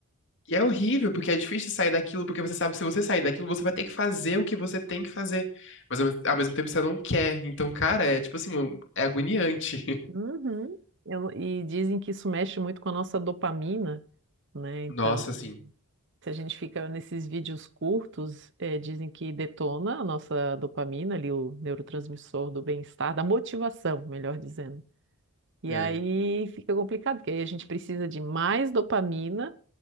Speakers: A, on the left; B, on the right.
A: E é horrível, porque é difícil sair daquilo, porque você sabe que se você sair daquilo, você vai ter que fazer o que você tem que fazer. Mas ao ao mesmo tempo você não quer. Então, cara, é tipo assim, um- é agoniante. <laughs>
B: Uhum. Eu não- e dizem que isso mexe muito com a nossa dopamina, né? Então,
A: Nossa, assim.
B: Se a gente fica nesses vídeos curtos, eh, dizem que detona a nossa dopamina, ali o neurotransmissor do bem-estar, da motivação, melhor dizendo. E
A: É.
B: aí fica complicado, porque aí a gente precisa de mais dopamina